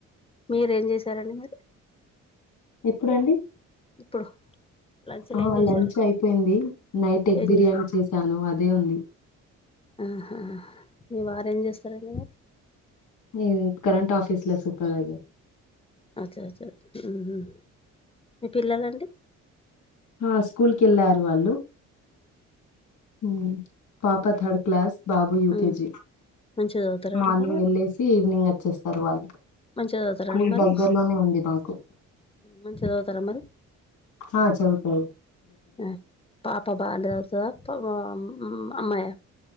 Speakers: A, on the left; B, on the left.
A: మీరేం చేసారండి మరి
B: ఎప్పుడండీ
A: ఇప్పుడు లంచ్లు
B: ఆ
A: ఏం చేశారు
B: లంచ్ అయిపోయింది నైట్ ఎగ్
A: ఏం
B: బిర్యానీ
A: చేశారు?
B: చేశాను అదే ఉంది.
A: ఆహ మీ వారు ఏం చేస్తారండి ఇంగా
B: ఏంది కరంట్ ఆఫీస్లో సూపర్ వైజర్
A: అచ్చ అచ్చ ఉహూ మీ పిల్లలండి
B: మా స్కూల్కి వెళ్ళారు వాళ్ళు హ్మ్. పాప
A: ఆ
B: థర్డ్ క్లాస్ బాబు యూకేజి
A: ఆ, మంచిగా చదువుతారండి
B: మార్నింగ్
A: మరి
B: వెళ్ళేసి ఈవినింగ్ వచ్చేస్తారు వాళ్ళు
A: మంచిగా చదువుతారండి
B: స్కూల్
A: మరి
B: దగ్గరలోనే ఉంది మాకు
A: మంచిగా చదువుతారా మరి
B: హా చదువుతది
A: ఆ పాప బా చదువుతదా ప మామ్ అమ్మాయా